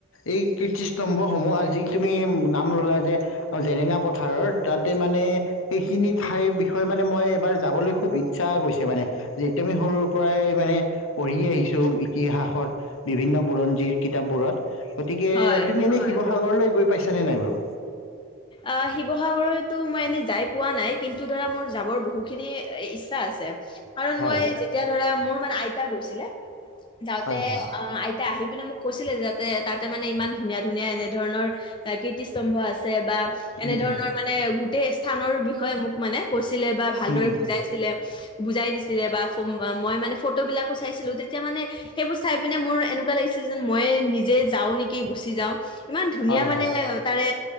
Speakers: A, on the left (about 75°); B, on the left (about 25°).
A: এই কীৰ্ত্তিস্তম্ভসমূহ আজি তুমি নাম ল'লা যে, আৰু জেৰেঙা পথাৰৰ তাতে মানে সেইখিনি ঠাইৰ বিষয়ে মানে মই এবাৰ যাবলৈ খুব ইচ্ছা গৈছে মানে, যেতিয়া আমি সৰুৰ পৰাই মানে পঢ়ি আহিছো, ইতিহাসত, বিভিন্ন বুৰঞ্জীৰ কিতাপবোৰত গতিকে,
B: হয়।
A: তুমি এনে শিৱ সাগৰলৈ গৈ পাইছা নে নাই বাৰু?
B: আহ শিৱসাগতো মই এনেই যাই পোৱা নাই। কিন্তু' ধৰা মোৰ যাবৰ বহুখিনি ইচ্ছা আছে, কাৰণ
A: হয়
B: মই যেতিয়া ধৰা মোৰ মানে আইতা গৈছিলে, যাওঁতে
A: হয় হয়
B: অ আই তাৰ, আহি পিনে মোক কৈছিলে যাতে তাতে মানে ইমান ধুনীয়া ধুনীয়া এনে ধৰণৰ কীৰ্তিস্তম্ভ আছ বা এনে
A: উম
B: ধৰণৰ
A: উম
B: মানে গোটেই স্থানৰ বিষয়ে মোক মানে কৈছিলে। বা ভালদৰে
A: উম উম
B: বুজাইছিলে
A: উম
B: বুজাই দিছিলে বা মই মানে ফটো বিলাকো চাইছিলো তেতিয়া মানে- সেইবোৰ চাই পিনে মোৰ এনেকুৱা লাগিছিল যেন মই নিজে যাওঁ নেকি গুচি যাওঁ। ইমান ধুনীয়া
A: হয়
B: মানে
A: হয়
B: তাৰে